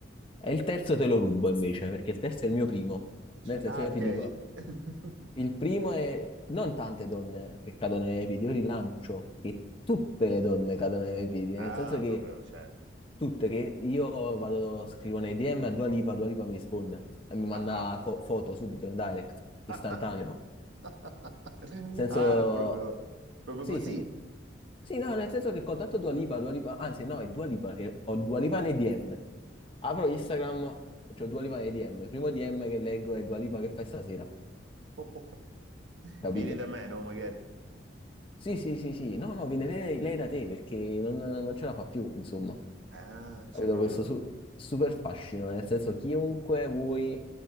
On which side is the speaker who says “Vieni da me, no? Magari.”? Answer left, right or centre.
Right